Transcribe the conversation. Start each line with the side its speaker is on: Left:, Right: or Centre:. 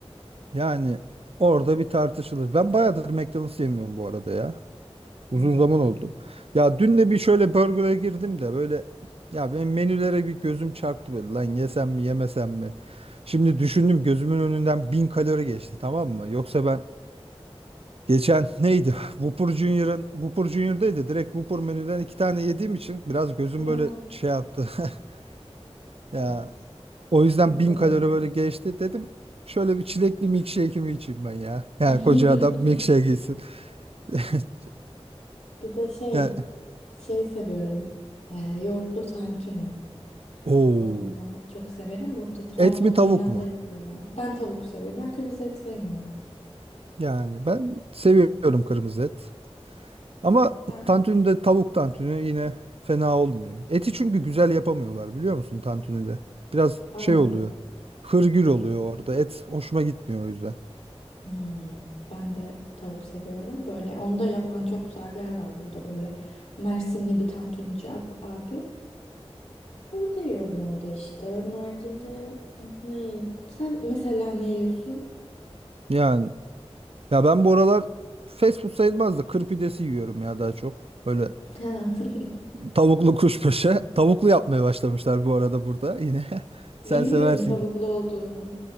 Right: Yani orada bir tartışılır. Ben bayağıdır McDonald's yemiyorum bu arada ya.
Left: Hmm.
Right: Uzun zaman oldu. Ya dün de bir şöyle burger'a girdim de böyle ya benim menülere bir gözüm çarptı böyle lan yesem mi yemesem mi? Şimdi düşündüm gözümün önünden bin kalori geçti tamam mı? Yoksa ben geçen neydi? <laughs> Whopper Junior'ın Whopper Junior'daydı. Direkt Whopper menüden iki tane yediğim için biraz gözüm
Left: Ya
Right: böyle şey yaptı. <laughs> Ya
Left: evet.
Right: o yüzden
Left: Çok
Right: bin
Left: kalorili.
Right: kalori böyle geçti dedim. Şöyle bir çilekli milkshake'imi içeyim ben ya. Yani
Left: <laughs>
Right: koca adam milkshake gitsin. <laughs>
Left: Bir de şey,
Right: Yani
Left: şey seviyorum. Ee, yoğurtlu tantuni.
Right: o
Left: Onu da çok severim. Burada Trabzon
Right: et mi
Left: meydanda
Right: tavuk mu?
Left: yapıyorlar. Ben tavuk seviyorum. Ben kırmızı et sevmiyorum.
Right: Yani ben seviyorum kırmızı et. Ama
Left: Sen?
Right: tantunide tavuk tantuni yine fena olmuyor. Eti çünkü güzel yapamıyorlar biliyor musun tantunide? Biraz
Left: Allah
Right: şey oluyor.
Left: Allah.
Right: Hırgür oluyor orada. Et hoşuma gitmiyor o yüzden.
Left: Hmm, ben de tavuk seviyorum. Böyle onu da yapan çok güzel bir yer var burada. Böyle Mersinli bir tantuncu ab- abi. Orada yiyorum onu da işte. Onun haricinde hmm, ne? Sen mesela ne yiyorsun?
Right: Yani ya ben bu aralar fast food sayılmaz da kır pidesi yiyorum ya daha çok. Böyle
Left: <laughs>
Right: Tavuklu kuşbaşı. Tavuklu yapmaya başlamışlar bu arada burada yine. <laughs>
Left: Bilmiyordum
Right: Sen seversin
Left: tavuklu
Right: ki.
Left: olduğunu.